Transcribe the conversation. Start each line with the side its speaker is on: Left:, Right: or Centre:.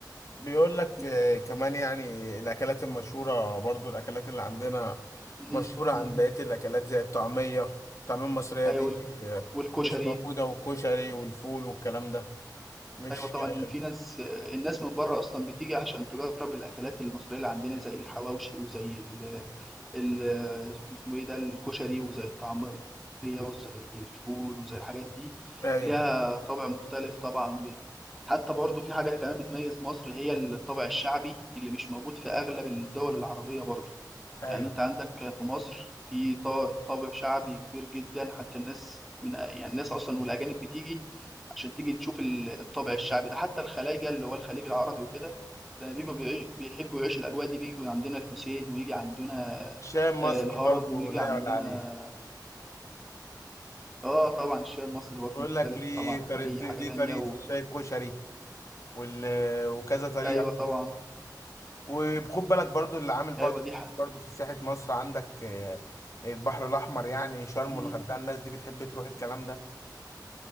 Left: بيقول لك
Centre: مم.
Left: آه، كمان يعني الأكلات المشهورة برضو الأكلات اللي عندنا
Centre: مم.
Left: مشهورة عن
Centre: مم.
Left: بقية الأكلات زي الطعمية الطعمية المصرية
Centre: ايوه
Left: دي
Centre: وال-
Left: آه،
Centre: والكشري
Left: مش موجودة والكشري والفول والكلام ده مش
Centre: ايوه طبعا
Left: آه،
Centre: في ناس الناس من بره اصلا بتيجي عشان تجرب الاكلات المصريه اللي عندنا زي الحواوشي وزي ال ال اسمه ايه ده الكشري وزي الطعميه وزي الفول وزي الحاجات دي
Left: أيوه
Centre: ليها طابع مختلف طبعا جدا حتى برضو في حاجه كمان بتميز مصر هي الطابع الشعبي اللي مش موجود في اغلب الدول العربيه برضو
Left: أيوه
Centre: يعني انت عندك في مصر في طا- طابع شعبي كبير جدا حتى الناس من يعني الناس اصلا والاجانب بتيجي عشان تيجي تشوف ال- الطابع الشعبي ده حتى الخلايجه اللي هو الخليج العربي وكده ده بيجوا بيعي- بيحبوا يعيشوا الاجواء دي بيجوا عندنا الحسين ويجي عندنا
Left: الشاي المصري
Centre: آه، الهرم
Left: برضو
Centre: ويجي
Left: لا
Centre: عندنا
Left: يعلى عليه
Centre: اه طبعا الشيء المصري برضه
Left: بيقول
Centre: مختلف
Left: لك ليه
Centre: طبعا
Left: طريقة
Centre: عن اي حاجه
Left: ليه
Centre: تانية
Left: طريقة
Centre: و...
Left: الشاي الكشري وال... وكذا طريقة
Centre: ايوه طبعا
Left: وخد بالك برضو اللي عامل برضو
Centre: ايوه دي حق.
Left: برضو في سياحة مصر عندك آه، البحر الأحمر يعني شرم
Centre: مم.
Left: والغردقة الناس دي بتحب تروح الكلام ده